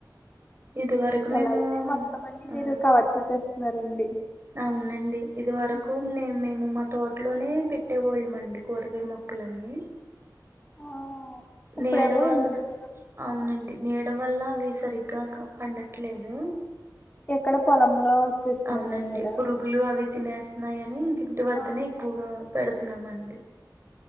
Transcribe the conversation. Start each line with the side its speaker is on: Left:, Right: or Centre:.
Right: ఇది వరకు మేము
Left: ఎలా అయితే మొత్తం అన్ని
Right: ఆ
Left: మీరు కవర్ చేసేస్తున్నారండి
Right: అవునండి ఇది వరకు
Left: ఆ
Right: నే మేము మా తో ట్లోనే పెట్టేవోళ్ళమండి కూరగాయ మొక్కలన్నీ
Left: ఆ ఇప్పుడేమో
Right: నీడ వల్ల
Left: ఇంటి దగ్గర
Right: అవునండి నీడ వల్ల అవి సరిగ్గా క పండట్ ట్లేదు
Left: ఎక్కడ పొలంలో వచ్చేస్తుందండి
Right: అవునండి
Left: నీడ
Right: పురుగులు అవి తినేస్తున్నాయని ఇంకింటి వద్దనే
Left: ఆ
Right: ఎక్కువగా పెడుతున్నామండి.